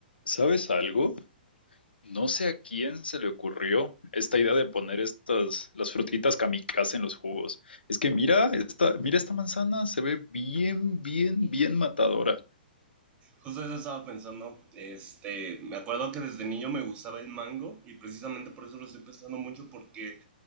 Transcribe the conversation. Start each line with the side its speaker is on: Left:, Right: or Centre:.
Left: ¿Sabes algo? No sé a quién se le ocurrió esta idea de poner estas, las frutitas kamikaze en los jugos. Es que mira esta, mira esta manzana, se ve bien, bien, bien matadora.
Right: Justo eso estaba pensando. Este, me acuerdo que desde niño me gustaba el mango y precisamente por eso lo estoy pensando mucho porque